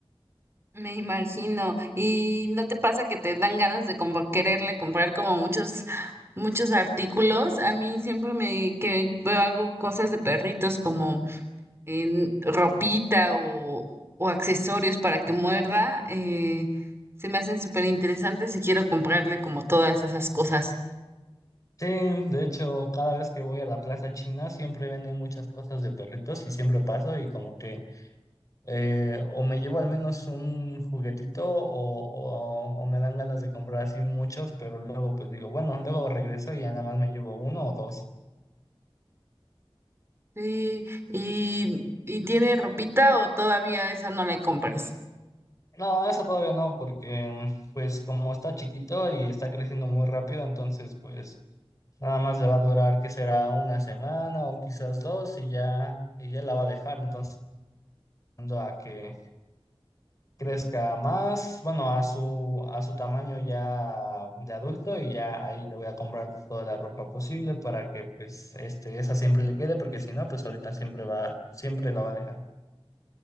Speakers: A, on the right (about 25°); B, on the left (about 35°).
A: Me imagino. ¿Y no te pasa que te dan ganas de como quererle comprar como muchos, muchos artículos? A mí siempre me que veo algo, cosas de perritos como en ropita o, o accesorios para que muerda, eh, se me hacen súper interesantes y quiero comprarle como todas esas cosas.
B: Sí, de hecho, cada vez que voy a la Plaza China siempre venden muchas cosas de perritos y siempre paso y como que eh, o me llevo al menos un juguetito o, o, o me dan ganas de comprar así muchos, pero luego pues digo, bueno, luego regreso y ya nada más me llevo uno o dos.
A: Sí, y, y tiene ropita o todavía esa no la compras.
B: No, eso todavía no, porque pues como está chiquito y está creciendo muy rápido, entonces pues nada más le va a durar que será una semana o quizás dos y ya, y ya la va a dejar. Entonces, esperando a que crezca más, bueno, a su, a su tamaño ya de adulto y ya ahí le voy a comprar toda la ropa posible para que pues este, esa siempre le quede, porque si no, pues ahorita siempre va, siempre la va a dejar.